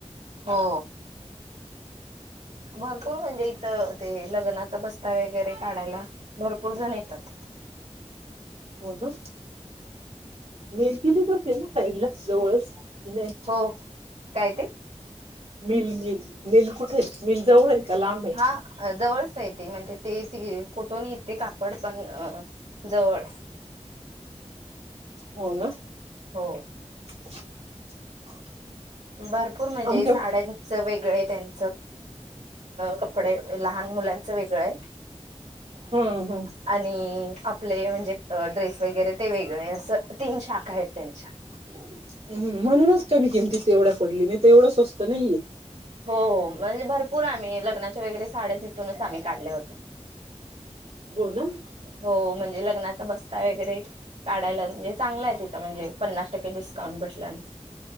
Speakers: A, on the right; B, on the right.
A: हो भरपूर म्हणजे. त ते लग्नाचा बस्ता वगैरे काढायला भरपूर जण ये. तथे
B: हो ना. मिल ज्यस असते ना साइडला जवळच? की नाही
A: हो काय ते.
B: मिल - मिल मिल कुठ ए मिल जवळ आहे. का लांब ए
A: हा जवळच आहे ते म्हणजे ते ती कुठून येते कापड, पण अ जवळ
B: हो ना.
A: हो.
B: <inaudible>
A: भरपूर म्हणजे
B: आमच्या
A: साड्यांचं वेगळं त्यांन <inaudible> कपडे लहान मुलां च वेगळं आहे.
B: हम्म हम्म हम्म,
A: आणि आपले, म्हणजे ड्रेस वगैरे ते वेग नाही अस तीन शाखा आहेत त्यांच्या.
B: हम्म म्हणूनच कमी किमतीत तेवढं पडली नाही त एवढं स्वस्त नाही ए.
A: हो म्हणजे भरपूर आम्ही, लग्नाच्या वगैरे साड्या तिथूनच आम्ही काढल्या होत्या.
B: हो ना.
A: हो म्हणजे लग्नाचा बस्ता वगैरे काढायला म्हणजे चांगल आहे. तिथं म्हणजे पन्नास टक्के डिस्काउंट भेटलं.